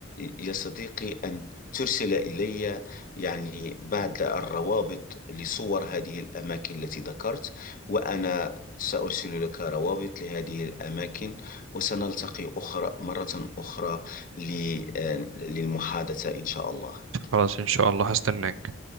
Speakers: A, on the left; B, on the right.
A: يا صديقي أن ترسل إلي يعني بعض الروابط لصور هذه الأماكن التي ذكرت وأنا سأرسل لك روابط لهذه الأماكن وسنلتقي أخرى مرة أخرى ل- للمحادثة إن شاء الله
B: خلاص ان شاء الله هستناك